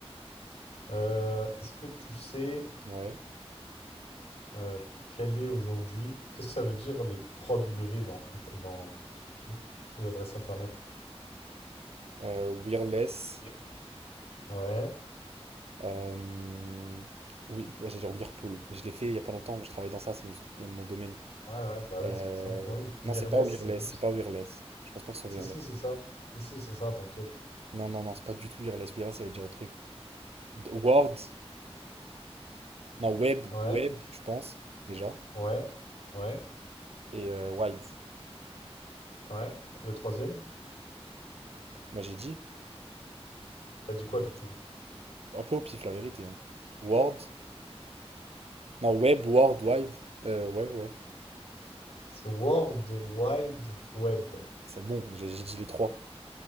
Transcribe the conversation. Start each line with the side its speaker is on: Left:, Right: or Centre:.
Left: Euh, est-ce que tu sais.
Right: Ouais.
Left: Euh, quel est aujourd'hui, qu'est-ce que ça veut dire les 3 W dans, int- dans les, les adresses internet?
Right: Euh, Wireless.
Left: Ouais, ouais,
Right: euh, Oui, bah, j'allais dire Whirlpool. mais Je l'ai fait il y a pas longtemps, je travaille dans ça, c'est mon, sou- mon domaine.
Left: ouais, bah
Right: Euh,
Left: oui, c'est pour ça. Ouais, wireless,
Right: Non, c'est pas Wireless,
Left: c'est bon.
Right: c'est pas Wireless. Je pense pas que ce soit
Left: Si,
Right: Wireless.
Left: si, c'est ça. Si, si, c'est ça, t'inquiète.
Right: Non, non, non, c'est pas du tout Wireless. Wireless, ça veut dire autre truc. D- Word. Non, Web.
Left: Ouais,
Right: Web, je pense, déjà.
Left: ouais, ouais,
Right: Et euh, Wide.
Left: ouais. Et le troisième,
Right: Bah, j'ai dit.
Left: t'as dit quoi
Right: Non.
Left: du coup?
Right: Un peu au pif, la vérité. hein. Word. Non, Web, Word, Wide. Euh, ouais, ouais.
Left: C'est World Wide Web.
Right: C'est bon, j'ai j'ai dit les trois.